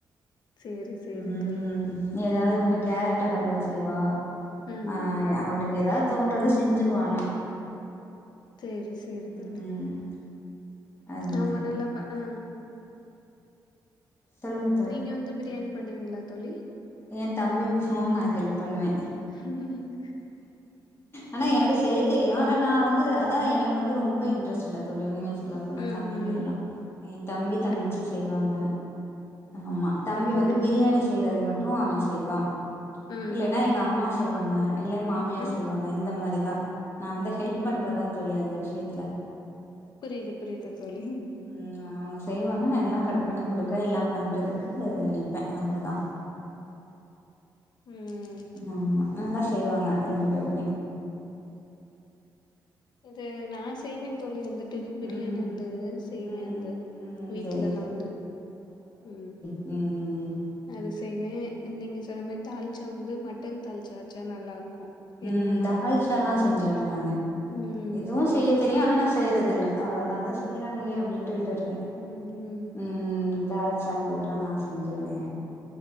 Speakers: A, on the left (about 65°); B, on the left (about 30°).
A: சேரி சேரி
B: ம்
A: தோழி
B: எதாவது ஒன்னு கேரட் ஹல்வா செய்வா
A: ம்
B: ஆ அவளுக் கு ஏதா தோன்றது செஞ்சிருவா ஆனா
A: சேரி சேரி
B: ம்
A: தோழி
B: அது
A: அவுங்க
B: மாரி
A: நல்லா பா ஆ
B: சொல்லுங்க
A: நீங்க வந்து பிரியாணி பண்ணுவீங்ளா தோழி
B: எ தம்பி பண்ணுவா நா ஹெல்ப் பண்ணுவே
A: உம்உம்உம்
B: ஆனா எனக்கு செய்ய தெரியு ஆனா நா வந்து அதா எனக் வந்து ரொம்ப இன்ட்ரெஸ்ட் இல்ல தோழி உண்மையா சொல்லபோனா
A: ம்
B: சமயல
A: ம்
B: எல்லா எ தம்பி
A: புரியுது
B: தங்கச்சி
A: புரியுது
B: செய்வாங்க ஆமா தம்பி
A: புரியுது
B: வந்து
A: புரியுது
B: பிரியாணி
A: தோழி
B: செய்றது மட்டு அவ செய்வா
A: ம்
B: இல்லனா எங்க அம்மா செய்வாங்க இல்ல மாமியார்
A: ம்
B: செய்வாங் க இந்த மாரிதா நா வந்து ஹெல்ப் பண்றதா தோழி அந்த விஷியத்துல
A: புரியுது புரியுது தோழி
B: ம் அ அவுங்க செய்வாங்க நா எல்லா கட் பண்ணி கொடுக்க எல்லா பண்ணுறதுகு நிப்பே அவ்ளோதா
A: ம்
B: ஆமா நல்லா செய்வாங்க ரெண்டு பேருமே
A: இது நா செய்வே தோழி வந்து ட்டு பிரியாணி
B: ம்
A: வந்து செய்வே
B: ம்
A: அது
B: ம்
A: வீட்லலா
B: சரி
A: வந்து ம்
B: உ உ உ
A: அது செய்வே நீங்க சொன்ன மாரி தாள்சா வந்து மட்டன் தாள்சா வச்சா நல்லா இருக்கு
B: ம்
A: எலும்பு மட்டு
B: தால்சாலா
A: போட்டு
B: செஞ்சிருவே நானு
A: ம்
B: இதுவு செய்ய தெரியு ஆனா நா செய்யறதில்ல அவ்ளோதா அதா செய்றாங்ளே அப்டின்டு விட்ருவே
A: உ உ
B: ம் ம் தால்ச்சா இந்த இதெல்லா நா செஞ்சுருவே